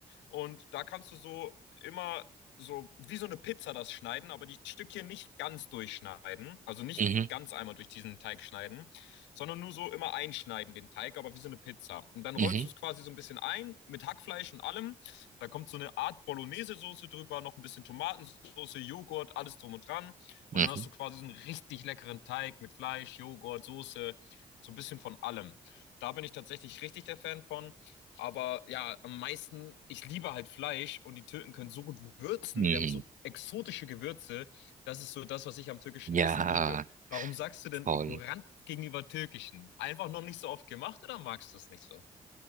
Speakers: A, on the left; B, on the right.
A: und da kannst du so immer so wie so eine Pizza das schneiden, aber die Stückchen nicht ganz durchschneiden, also nicht
B: Mhm.
A: ganz einmal durch diesen Teig schneiden, sondern nur so immer einschneiden den Teig, aber wie so eine Pizza. Und dann
B: Mhm.
A: rollst du es quasi so ein bisschen ein mit Hackfleisch und allem. Da kommt so eine Art Bolognese-Soße drüber, noch ein bisschen Tomatensauce, Joghurt, alles drum und dran.
B: Mhm.
A: Und dann hast
B: Mhm.
A: du quasi so einen richtig leckeren Teig mit Fleisch, Joghurt, Soße, so ein bisschen von allem. Da bin ich tatsächlich richtig der Fan von. Aber ja, am meisten, ich liebe halt Fleisch und die Türken können so gut würzen,
B: Mhm.
A: die haben so exotische Gewürze. Das ist so das, was ich am türkischen
B: Ja,
A: Essen liebe. Warum sagst du denn
B: voll.
A: ignorant gegenüber türkischen? Einfach noch nicht so oft gemacht oder magst du es nicht so?